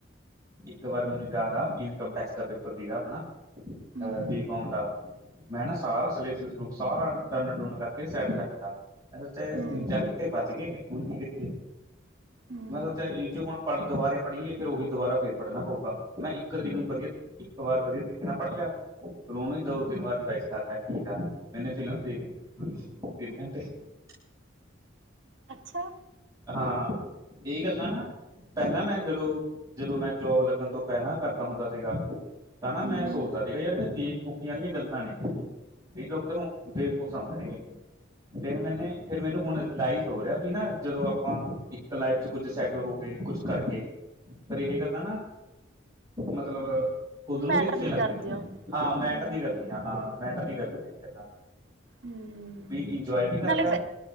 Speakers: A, on the right (about 20°); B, on the right (about 65°).
A: ਇੱਕ ਵਾਰ ਮੈਨੂੰ ਯਾਦ ਆ ਇਨਕਮ ਟੈਕਸ ਦਾ ਪੇਪਰ ਸੀਗਾ ਆਪਣਾ
B: ਹੂੰ
A: ਬੀਕੋਮ ਦਾ। ਮੈਂ ਨਾ ਸਾਰਾ ਸਲੂ ਸਾਰਾ ਡੰਨ ਡੂਨ ਕਰਕੇ ਸਾਈਡ ਚ ਰੱਖਤਾ। ਅਗਰ ਤੇ
B: ਹੂੰ
A: ਤਿੰਨ ਚਾਰ ਘੰਟੇ ਬਚ ਗਏ ਹੁਨ ਕੀ ਕਰੀਏ?
B: ਹੂੰ
A: ਮੈਂ ਸੋਚਿਆ ਜੀ ਜੇ ਹੁਣ ਪੜ ਦੁਬਾਰੇ ਪੜ੍ਹੀਏ ਫੇਰ ਉਹੀ ਦੁਬਾਰਾ ਫੇਰ ਪੜ੍ਹਨਾ ਪਊਗਾ ਮੈਂ ਇੱਕ ਤਰੀਕ ਨੂੰ ਵਦੀਆ ਇੱਕ ਵਾਰ ਵਦੀਆ ਤਰੀਕੇ ਨਾਲ ਪੜ੍ਹ ਲਿਆ ਫੇਰ ਉਨੂੰ ਦੋ ਤਿੰਨ ਵਾਰ ਰਿਵਾਇਸ ਕਰ ਲਿਆ ਠੀਕ ਆ ਮੈਨੇ ਫਿਲਮ ਦੇਖ ਲਈ <unintelligible>
B: ਅੱਛਾ।
A: ਹਾਂ ਇਹੀ ਗੱਲਾਂ ਨਾ ਪਹਿਲਾਂ ਮੈਂ ਜਦੋਂ ਜਦੋਂ ਮੈਂ ਜੋਬ ਲੱਗਣ ਤੋਂ ਪਹਿਲਾਂ ਕਰਦਾ ਹੁੰਦਾ ਸੀਗਾ ਹਨਾ ਮੈਂ
B: ਹੂੰ
A: ਸੋਚਦਾ ਸੀਗਾ ਯਾਰ ਇਹਦੇ ਬੇਵਕੂਫੀਆਂ ਵਾਲੀਆਂ ਗੱਲਾਂ ਨੇ ਵੀ ਲੋਕ ਤੈਨੂੰ ਬੇਵਕੁਫ ਸਮਝਣਗੇ। ਫੇਰ ਮੈਨੇ ਫੇਰ ਮੈਨੂੰ ਹੁਣ ਰਿਲਾਈਜ਼ ਹੋ ਰਿਹਾ ਵੀ ਨਾ ਜਦੋਂ ਆਪਾਂ ਇੱਕ ਲਾਈਫ ਚ ਕੁੱਝ ਸੈਟਲ ਹੋ ਕੇ ਕੁੱਛ ਕਰਕੇ ਪਰ ਇਹ ਗੱਲਾਂ ਨਾ ਮਤਲਬ ਖੁਦ ਨੂੰ
B: ਮੈਟਰ
A: ਵੀ ਅੱਛੀਆਂ
B: ਨੀ
A: ਲੱਗਦੀਆਂ
B: ਕਰਦੀਆਂ
A: ਨੇ
B: ਹੁਣ
A: ਹਾਂ ਮੈਟਰ
B: ਹੂੰ
A: ਨੀ ਕਰਦੀਆਂ ਹਾਂ ਮੈਟਰ ਨੀ ਕਰਦੀਆਂ ਇਹ ਗੱਲਾਂ।
B: ਹਮ
A: ਵੀ ਇੰਜੋਏ ਵੀ ਕਰ
B: ਨਾਲ
A: ਲਿਆ
B: ਫੇਰ